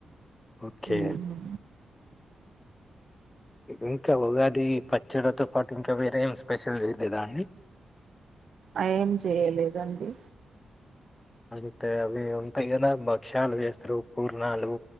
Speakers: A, on the left; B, on the right.
A: ఓకే
B: హ్ హు
A: ఇంకా ఉగాది పచ్చడతో పాటు ఇంకా వేరే ఏం స్పెషల్ చేయలేదా అండి.
B: ఆ ఏం చేయలేదండి.
A: అంటే అవి ఉంటాయి కదా భక్ష్యాలు చేస్తరు, పూర్ణాలు.